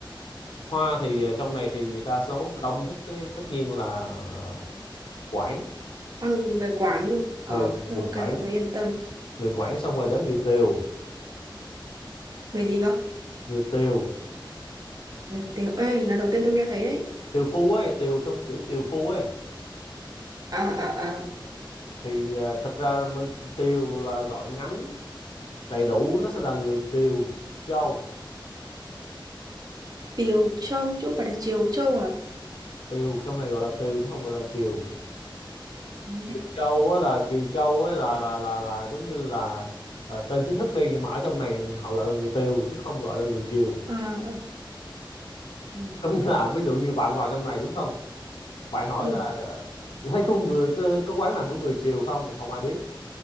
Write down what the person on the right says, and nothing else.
Hoa người Quảng đúng không ờ
thế
ok
bọn tôi yên tâm
người gì cơ
người Tiểu Ê là đầu tiên tôi nghe thấy đấy
à à à
Tiều Châu chứ không phải là Triều Châu à
Ừ.
à, à. Ừ.
Ừ.